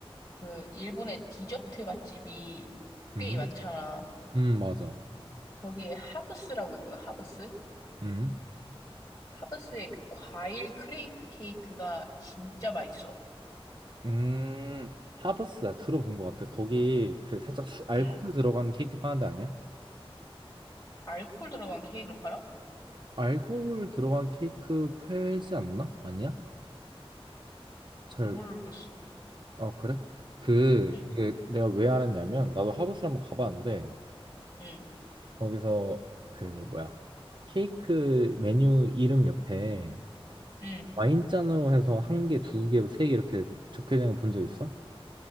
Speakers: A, on the left (about 35°); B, on the right (about 50°).
A: 그, 일본의 디저트 맛집이 꽤
B: 음,
A: 많잖아.
B: 음, 맞아.
A: 거기에 하브스라고 있거든, 하브스?
B: 음,
A: 하브스의 그 과일 크레이프 케이크가 진짜 맛있어.
B: 음, 하브스 나 들어본 것 같아. 거기 그 살짝 수, 알코올
A: 응.
B: 들어간 케이크 파는 데 아니야?
A: 알코올 들어간 케이크를 팔아?
B: 알코올 들어간 케이크 팔지 않나? 아니야? 잘,
A: 모르겠어.
B: 아, 그래? 그,
A: 응,
B: 이게 내가 왜 알았냐면, 나도 하브스 한번 가봤는데,
A: 응,
B: 거기서 그, 뭐야, 케이크 메뉴 이름 옆에
A: 응.
B: 와인잔으로 해서 한 개, 두 개, 세 개 이렇게 적혀있는 거 본 적 있어?